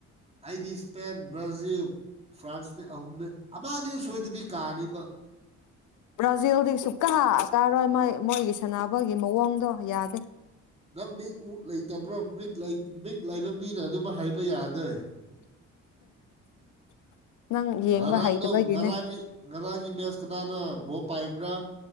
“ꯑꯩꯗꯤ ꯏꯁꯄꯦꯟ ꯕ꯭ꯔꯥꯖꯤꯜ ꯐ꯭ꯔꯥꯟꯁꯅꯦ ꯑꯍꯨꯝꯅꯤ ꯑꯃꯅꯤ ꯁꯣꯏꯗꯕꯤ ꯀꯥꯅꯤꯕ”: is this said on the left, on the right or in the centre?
Right